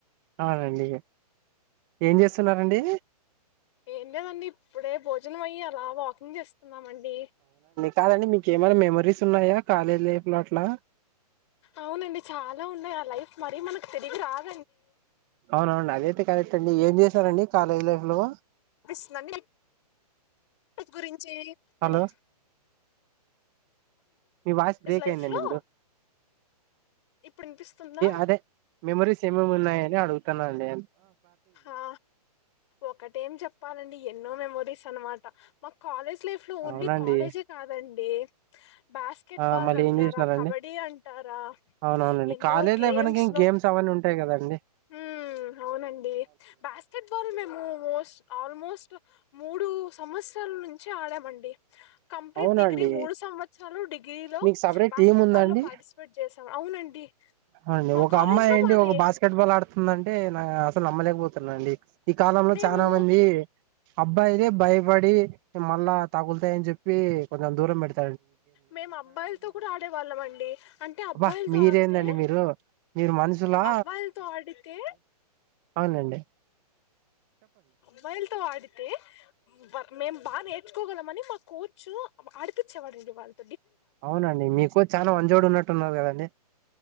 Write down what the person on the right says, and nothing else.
అవునండి ఏం చేస్తున్నారండి
కదండి మీకెమన్నా మెమోరీస్ ఉన్నాయా కాలేజ్ లైఫ్ లో అట్లా
అవునవునండి ఆదైతే కరెక్ట్ అండి ఏం చేశారండీ కాలేజ్ లైఫ్ లొ
హలో
మీ వాస్ బ్రేక్
అయిందండి
ఇప్పుడు
అదే మెమొరీస్ ఏమేమి ఉన్నాయని అడుగు స్థానండి
అవునండి
ఆ మళ్ళీ
ఏం చేసినారండి
అవునవునండి
కాలేజ్
లైఫ్ అనగా
అవన్నీ ఉంటాయి కదండి
అవునా
అండి
మీకు సపరేట్
టీం ఉందండి
అవునండి
ఒక
అమ్మాయి
అయి ఉండి
ఒక బాస్కెట్ బాల్ ఆడుతుందంటే అసలు నమ్మలేకపో అండి ఈ కాలంలో
చాలా మంది అబ్బాయితే భయపడి, మళ్ళా తగులుతాయని చెప్పి, కొంచెం దూరం పెడుత్
అబ్బా మీరేందండి
మీరు మీరు మనుషులా,
అవునలేండి
అవునండి మీకు చాలా వంజోడు ఉన్నట్టు ఉన్నారు కదండి.